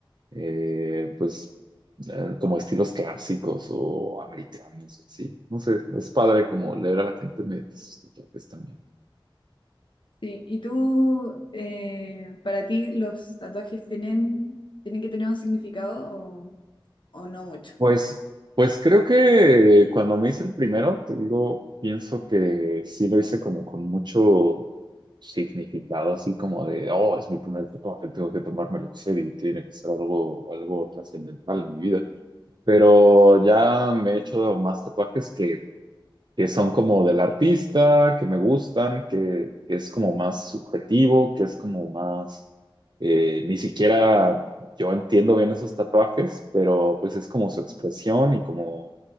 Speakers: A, on the right; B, on the left.
A: eh, pues, eh, como estilos clásicos o americanos, o así. No sé, es padre como leer a la gente mediante sus propios también.
B: Sí, ¿y tú, eh, para ti, los tatuajes tienen, tienen que tener un significado o, o no mucho?
A: Pues, pues creo que cuando me hice el primero, te digo, pienso que sí lo hice como con mucho significado, así como de, oh, es mi primer tatuaje, tengo que tomármelo en serio y tiene que ser algo, algo trascendental en mi vida. Pero ya me he hecho más tatuajes que que son como del artista, que me gustan, que es como más subjetivo, que es como más, eh, ni siquiera yo entiendo bien esos tatuajes, pero pues es como su expresión y como,